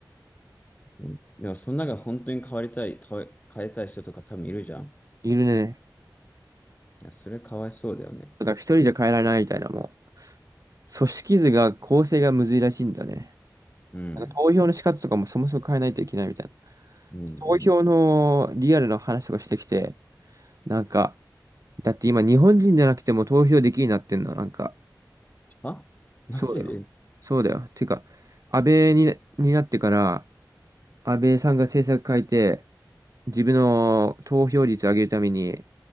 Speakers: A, on the left; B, on the right.
A: んでもその中で本当に変わりたい、変え、変えたい人とか多分いるじゃん。
B: いるね。
A: いや、それかわいそうだよね。
B: だから一人じゃ変えられないみたいな、もう。組織図が構成がむずいらしいんだよね。
A: うん。
B: なんか投票の仕方とかもそもそも変えないといけないみたいな。
A: うん、
B: 投票のリアルな話とかしてきて、
A: うん。
B: なんか、だって今日本人じゃなくても投票できるようになってんの、なんか、
A: あマジで
B: そうだよ。そうだよ。てか、安倍に、になってから、安倍さんが政策変えて、自分の投票率上げるために、